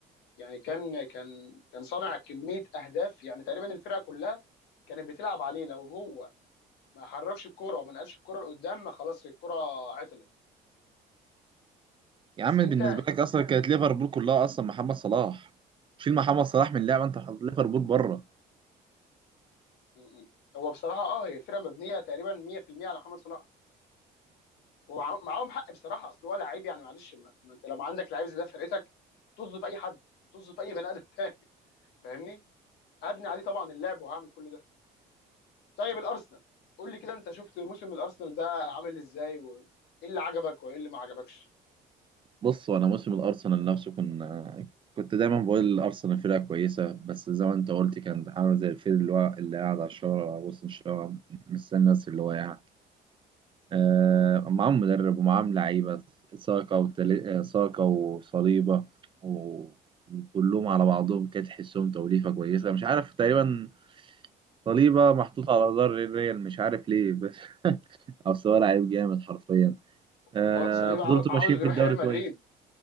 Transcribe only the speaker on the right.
يا
عم
بالنسبه لك اصلا كانت ليفربول كلها اصلا محمد صلاح شيل محمد صلاح
من اللعبه انت حاطط ليفربول بره
بص وانا موسم الارسنال نفسه كنا كنت دايما بقول الارسنال فرقه كويسه بس زي ما انت قلت كان عامل زي الفيل اللي هو اللي قاعد على الشارع على وسط الشارع مستني الناس اللي هو يعني آه
معاهم مدرب ومعاهم لعيبه ساكا وتل... ساكا وصليبه و... وكلهم على بعضهم كانت تحسهم توليفه كويسه مش عارف تقريبا صليبه محطوط على جدار الريال مش عارف ليه بس <laughs> اصل هو لعيب جامد حرفيا آه
فضلت
ماشيين
في الدوري
كويس